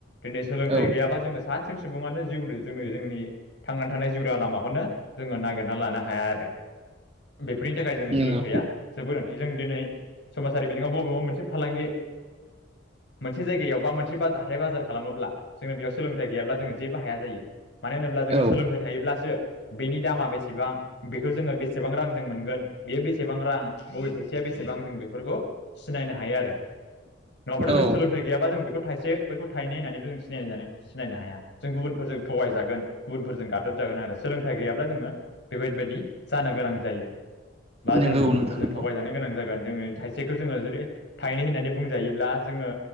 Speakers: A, on the left; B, on the right.
A: दिनै सोलोंथाइ
B: औ
A: गैयाबा जोङो सा सिब सुबुङानो जिउनो जोंनि जोंनि थांनानै थानाय जिउ राहा लामाखौनो जोङो नागिरना लानो हाया आरो। बेफोरनि थाखाय जोंनो सोलोंथाइया
B: नंगौ
A: जोबो नांथि जों दिनै समाजारि बिथिङाव बबेबा मोनसे फालांगि मोनसे जायगायाव बा मोनसे बाजा हाथाय बाजार खालामोब्ला जोंङो बेयाव सोलोंथाइ गैयाब्ला जोङो जेबो हाया जायो। मानो होनोब्ला जोङो
B: औ
A: सोलोंथाइ थायोब्लासो बेनि दामा बेसेबां बेखौ जोङो बेसेबां रांजों मोनगोन बेयो बेसेबां रां बबे फैसाया बेसेबां जों बेफोरखौ सिनायनो हायो आरो नङाबथ' जों
B: औ
A: सोलोंथाइ गैयाबा जों खौ थाइसे बैखौ थायनै होननानैबो जों सिनायनाय जानो सिनायनो हाया जों गुबुनफोरजों थगाय जागोन गुबुनफोरजों गादब जागोन आरो सोलोंथाइ गैयाब्ला जोङो बेबायबायदि जानो गोनां जायो। बा
B: नंगौ
A: जोङो गुबुनफोरजों
B: नोंथां नंगौ
A: थगायजानो गोनां जागोन जोङो थाइसेखौ जोङो जुदि थायनै होननानै बुंजायोब्ला जोङो